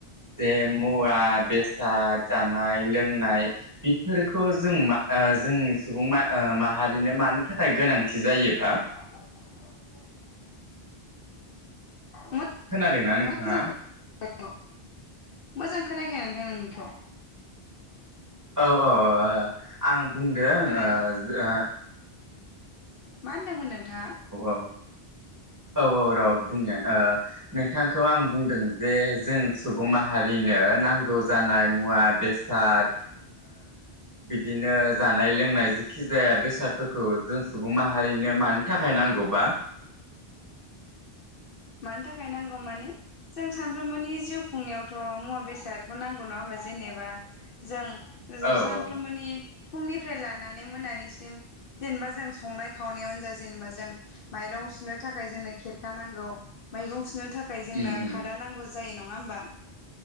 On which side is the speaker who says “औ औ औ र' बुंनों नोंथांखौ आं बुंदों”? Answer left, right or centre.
Right